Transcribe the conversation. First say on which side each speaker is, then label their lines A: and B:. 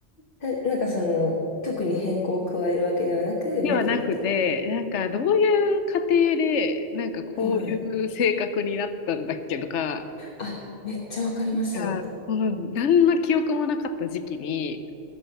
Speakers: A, on the left; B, on the left.
A: だなんかその、特に変更を加えるわけではなく、
B: ではなくて、
A: 見てるだけ。
B: なんかどういう過程で、なんかこういう性格になったんだっけとか、
A: はいはい。あ、めっちゃわかります。
B: なんかこの何の記憶もなかった時期に、
A: う